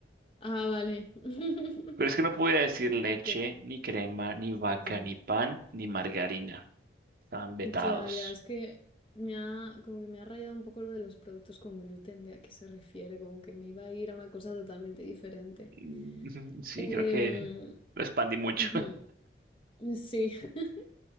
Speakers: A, on the left; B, on the right.
A: Ah, vale. <laughs>
B: Pero es que no podía decir leche,
A: Ok,
B: ni crema, ni vaca,
A: ya.
B: ni pan, ni margarina. Estaban vetados.
A: Ya, ya, es que me ha, como que me ha rayado un poco lo de los productos con gluten, de a qué se refiere, como que me iba a ir a una cosa totalmente diferente.
B: Mm, <laughs> Sí,
A: Em,
B: creo que lo expandí mucho.
A: ujú, Sí. <laughs>